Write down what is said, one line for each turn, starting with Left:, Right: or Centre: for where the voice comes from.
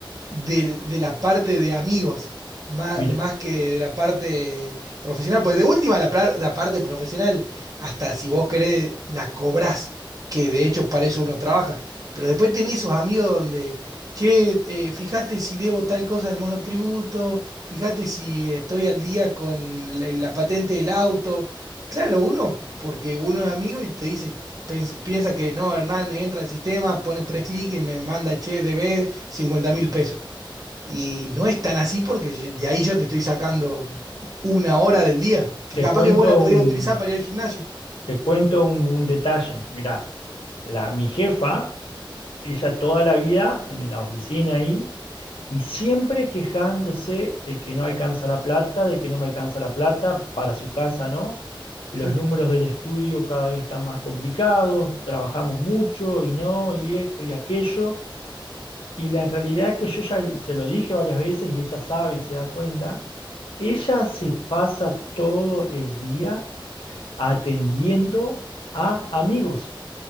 Right: del- de, la parte de amigos, má-
Left: Mira,
Right: más, que de la parte profesional. Pues de última, la, pra- la parte profesional, hasta si vos querés, la cobrás, que de hecho para eso uno trabaja. Pero después tenés esos amigos donde Che, eh, fíjate si debo tal cosa al monotributo, fíjate si estoy al día con la, la patente del auto. Claro, uno, porque uno es amigo y te dice, pens- piensa que no, Hernán entra al sistema, pone tres clics y me manda, che, debe cincuenta mil pesos. Y no es tan así porque yo- de ahí yo te estoy sacando una hora del día, que
Left: te
Right: capaz
Left: cuento
Right: que vos la podías
Left: un,
Right: utilizar para ir al gimnasio.
Left: te cuento un, un detalle. Mira, la, mi jefa, ella toda la vida en la oficina ahí, y siempre quejándose de que no alcanza la plata, de que no me alcanza la plata para su casa, ¿no? Los
Right: Sí,
Left: números del estudio cada vez están más complicados, trabajamos mucho y no, y esto y aquello. Y la realidad es que yo ya se lo dije varias veces y ella sabe y se da cuenta, ella se pasa todo el día atendiendo a amigos.